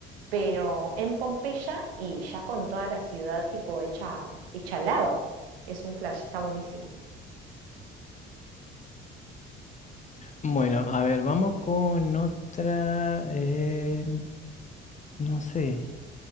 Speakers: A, on the right; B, on the left.
A: Pero en Pompeya y ya con toda la ciudad tipo hecha, hecha lava. Es un flash, está buenísimo.
B: Bueno, a ver, vamos con otra. eh, no sé.